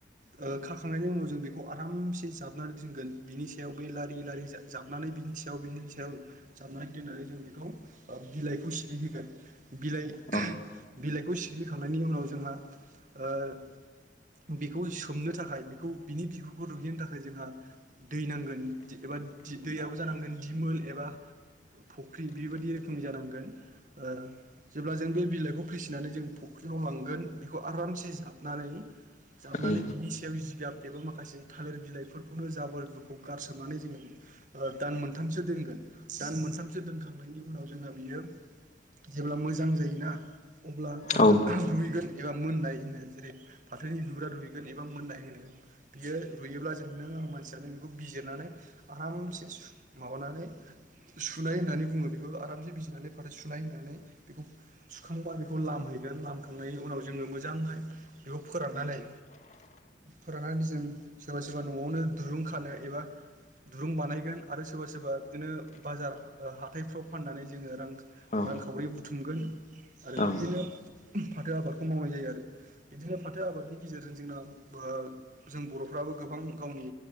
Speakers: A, on the right; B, on the left.
A: ओ खाखांनायनि उनाव जों बेखौ आरामसे जाबनानै दोनगोन बिनि सायाव बे लारि लारि जाबनानै बिनि सा याव बिनि सायाव जाबनानै दोननानै जों बेखौ बिलाइखौ सिरि होगोन। बिलाइ
B: औ
A: बिलाइखौ सि सिरि खांनायनि उनाव जोंहा ओ बेखौस सोमनो थाखाय बेखौ बिनि बिगुरखौ रुइहोनो थाखाय जोंहा दै नांगोन एबा दैयाबो जानो नांगोन दिमोल एबा फुख्रि बेबायदि रोखोमनि जानांगोन ओ जेब्ला जों बे बिलाइखौ फिसिनानै जों फख्रियाव लांगोन बेखौ आरामसे जाबनानै जाबनानै
B: औ।
A: बिनि सायाव जिगाब एबा माखासे थालिर बिलाइफोरखौनो जाबोरखौ गारसोमनानै जोङो ओ दान मोन मोनथामसो दोनगोन दान मोनथामसो दोनखांनायनि उनाव जोंहा बियो जेब्ला मोजां जायोना अब्ला ओ
B: औ
A: रुइगोन एबा मोननाय होननाय जेरै फाथोनि बिगुरा रुइ गोन एबा मोननाय होनो बियो रुइयोबा जों नों मानसियानो बेखौ बिजिरनानै आरामसे माबानानै सुनाय होननानै बुङो बेखौ आरामसे बिजिरनानै फाथो सुनाय होननानै बेखौ सुखांबा बेखौ लामहैगोन लामखांनायनि उनाव जोङो मोजांहाय बेखौ फोराननानै फोराननानै जों सोरबा सोरबा न'आवनो दुरुं खानो एबा दुरुं बानायगोन आरो सोरबा सोरबा बिदिनो बाजार हाथाइफ्राव फाननानै जोङो रां
B: औ
A: रांखावरि बुथुमगोन आरो
B: औ
A: बिदिनो फाथो आबादखौ मावनाय जायो आरो बिदिनो फाथो आबादनि गेजेरजों जोंना ओ जों बर'फ्राबो गोबां गावनि